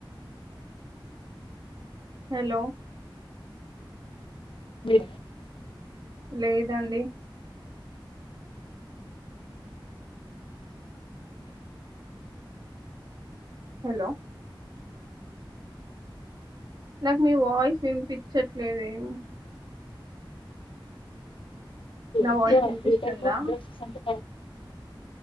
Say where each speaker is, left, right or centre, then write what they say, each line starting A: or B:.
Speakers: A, on the right; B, on the left.
A: హలో
B: లే
A: లేదండి హలో నాకు మీ వాయిస్ వినిపిచ్చట్లేదేమ్ నా
B: ఎక్కువ
A: వాయిస్ వినిపిస్తుందా
B: ఏ టైప్ ఆఫ్ డ్రెస్సెస్ అంటే